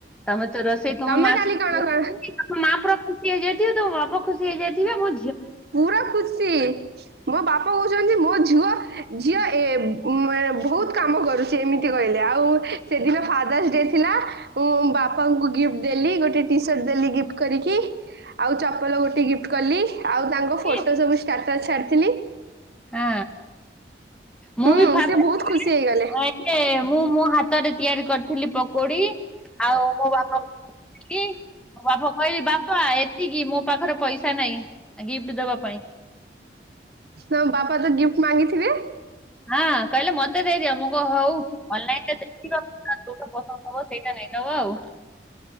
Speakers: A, in the centre; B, on the right.
A: ତମେ ତ ରୋଷେଇ ତମ
B: ତମେ
A: ମା
B: କାଲି
A: ସିଖେଚନ୍ତି।
B: କଣ କଣ
A: ତମ ମା ପୁରା ଖୁସି ହେଇଯାଇଥିବେ। ତମ ବାପ ଖୁସି ହେଇଯାଇଥିବେ ମୁ
B: ପୁରା ଖୁସି ମୋ ବାପା କହୁଛନ୍ତି ମୋ ଝିଅ ଝିଅ ଏ ବହୁତ କାମ କରୁଛି। ଏମିତି କହିଲେ ଆଉ ସେଦିନ ଫାଦର୍ସ ଡେ ଥିଲା ମୁଁ ବାପାଙ୍କୁ ଗିଫ୍ଟ ଦେଲି ଗୋଟେ ଟି ସାର୍ଟ ଦେଲି ଗିପ୍ଟ କରିକି। ଆଉ ଚପଲ ଗୋଟେ ଗିଫ୍ଟ କଲି। ଆଉ ତାଙ୍କ ଫୋଟୋ
A: ହଁ ଏ
B: ସବୁ ଷ୍ଟାଟସ ଛାଡିଥିଲି।
A: ହଁ ମୁଁ
B: ହୁଁ
A: ବି ଫ
B: ସେ
A: ମୁଁ
B: ବହୁତ
A: ମୋ ହାତ <unintelligible>
B: ଖୁସି ହେଇଗଲେ।
A: ହାତରେ ତିଆରି କରିଥିଲି ପକୋଡି ଆଉ ମୋ ବାପା ବାପା କହିଲି ବାପା ଏତିକି ମୋ ପାଖରେ ପଇସା ନାହିଁ। ଆ ଗିଫ୍ଟ ଦବା ପାଇଁ।
B: ନା ବାପା ତ ଗିଫ୍ଟ ମାଗିଥିବେ?
A: ହଁ କହିଲେ ମତେ ଦେଇଦିଅ ମୁ କ ହଉ ଅନଲାଇନ <unintelligible> ରେୋଉଟ କଣ ହବ ସେଇଟା ନେଇ ନବ ଆଉ।